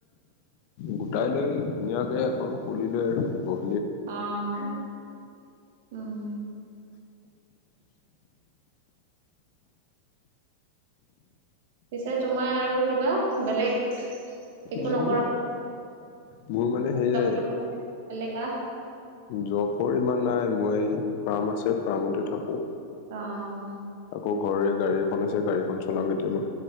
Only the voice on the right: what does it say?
আহ উম পিছে তোমাৰ আৰু কিবা বেলেগ একো
নকৰালে
<unintelligible>
অ